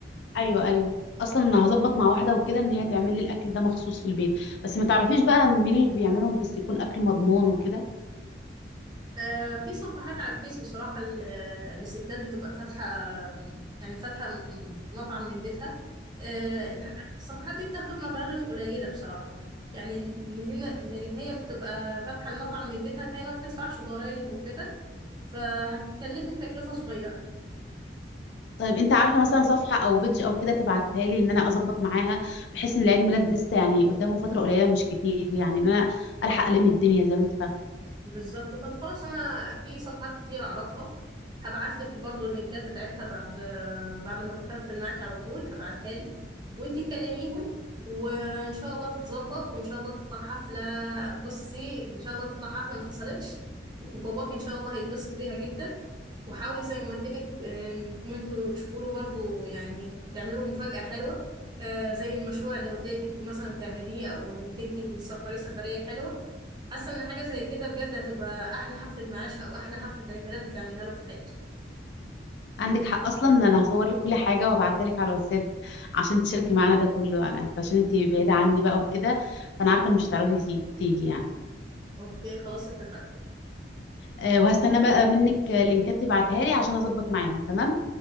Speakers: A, on the left; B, on the right.
A: ايوه ايوه اصلا انا هظبط مع واحده وكده ان هي تعمل لي الاكل ده مخصوص في البيت بس ما تعرفيش بقى ان مين اللي بيعملهم بس يكون اكل مضمون وكده
B: آه، في صفحات على الفيس بصراحة ال- آه، للستات بتبقى فاتحة يعني فاتحة م- مطعم من بيتها آه، الصفحات دي بتاخد مبالغ قليلة بصراحة يعني اللي هنا اللي هي بتبقى فاتحة المطعم من بيتها فهي ما بتدفعش ضرائب وكده فهتكلفك تكلفة صغيرة
A: طيب انت عارفه مثلا صفحه او بيدج او كده تبعتها لي ان انا اظبط معاها بحيث ان العيد ميلاد لسه يعني قدامه فتره قليله مش كتير يعني ان انا الحق الم الدنيا زي ما انت فاهم
B: بالظبط طب خلاص انا في صفحات كتير اعرفها هبعت لك برضو اللينكات بتاعتها بعد بعد ما اقفل معاك على طول هبعتها لك وانتي كلميهم وان شاء الله تتظبط وان شاء الله تطلع حفله بصي ان شاء الله تطلع حفله ما حصلتش وباباك ان شاء الله هيتبسط بيها جدا وحاولي زي ما قلت لك آه، انكم انتوا تشوفوا له برضو يعني تعملوا له مفاجاه حلوه آه، زي المشروع اللي قلت لك مثلا تعمليه او انك انت تسافري سفريه حلوه حاسه ان حاجه زي كده بجد هتبقى احلى حفله معاش او احلى حفله عيد ميلاد هتعملها له في حياته
A: عندك حق اصلا ان انا هصور لك كل حاجه وابعتها لك على الواتساب عشان تشاركي معانا ده كله انا عشان انت بعيده عني بقى وكده فانا عارفه ان مش هتعرفي تي- تيجي يعني
B: اوكي خلاص اتفقنا
A: أه وهستنى بقى منك لينكات تبعتها لي عشان اظبط معاهم تمام